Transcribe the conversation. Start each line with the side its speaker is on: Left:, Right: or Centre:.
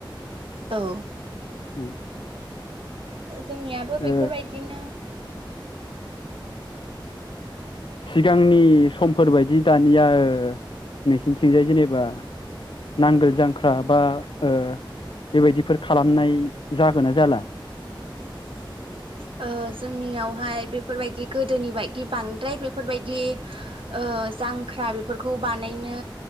Right: औ।
Left: उम।
Right: जोंनियाबो
Left: ओ
Right: बेफोरबायदिनो
Left: सिगांनि समफोरबायायदि दानिया नोंसिनिथिंजाय जेनेबा नांगोल जांख्रा बा ओ बेबायदिफोर खालामनाय जागोना जाला?
Right: <inaudible> ओ जोंनियावहाय बेफोरबायदि गोदोनि बायदि बांद्राय बेफोरबायदि ओ ओ जांख्रा बिफोरखौ बानायनो